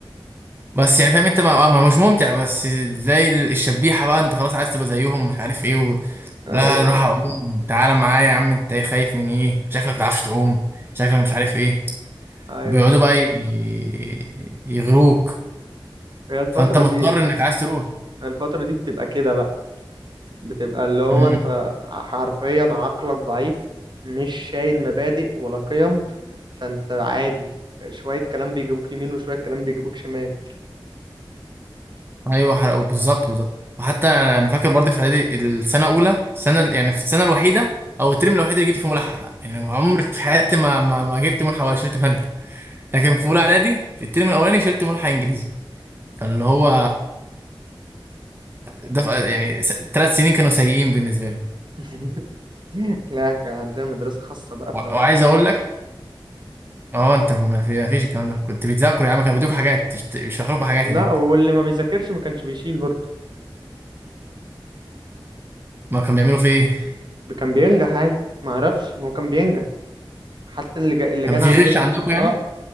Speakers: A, on the right; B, on the right.
A: بس يعني فاهم انت ما ما- مش ممتع بس زي ال- الشبيحة بقى انت خلاص عايز تبقى زيهم مش عارف ايه و...
B: ايوه
A: لا نروح اعوم تعالى معايا يا عم انت خايف من ايه شكلك ما بتعرفش تعوم شكلك مش عارف ايه
B: ايوه
A: وبيقعدوا
B: ايوه
A: بقى ي- يغروك
B: هي الفترة
A: فانت مضطر
B: دي
A: انك عايز تروح
B: الفترة دي بتبقى كده بقى بتبقى اللي هو
A: امم
B: انت حرفيا عقلك ضعيف مش شايل مبادئ ولا قيم فانت عادي شوية كلام بيجيبوك يمين وشوية كلام بيجيبوك شمال
A: ايوه ح- بالظبط بالظبط وحتى انا فاكر برضه في اعدادي السنه الاولى السنه يعني في السنه الوحيده او الترم الوحيد اللي جبت فيه ملحق يعني عمري في حياتي ما ما, ما جبت ملحق ولا شلت ماده لكن في اولى اعدادي في الترم الاولاني شلت ملحق انجليزي فاللي هو ده ف- يعني ثلاث سنين كانوا سيئين بالنسبه لي
B: <laughs> لا كان عندنا مدرسة خاصة بقى
A: و- وعايز اقول لك اه انت ما في ما فيش الكلام ده كنت بتذاكر يا عم كانوا بيدوك حاجات يشت- يشرحوا لكم حاجات
B: لا
A: هناك
B: واللي ما بيذاكرش ما كانش بيشيل برضه
A: ما كانوا بيعملوا في ايه
B: كان بينجح عادي ما اعرفش ما هو كان بينجح حتى اللي جا اللي
A: كان
B: جانا
A: في
B: عندنا
A: غش عندكم
B: اه
A: يعني